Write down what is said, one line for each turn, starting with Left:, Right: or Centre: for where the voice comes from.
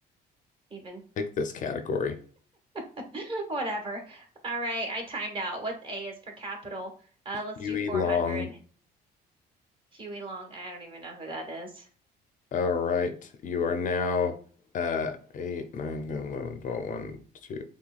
Right: Even
Left: picked this category.
Right: <laughs> whatever. All right, I timed out. What A is for capital? Uh, let's
Left: Huey
Right: do 400.
Left: Long.
Right: Huey Long. I don't even know who that is.
Left: All right. You are now uh eight, nine, ten, eleven, twelve, one, 2,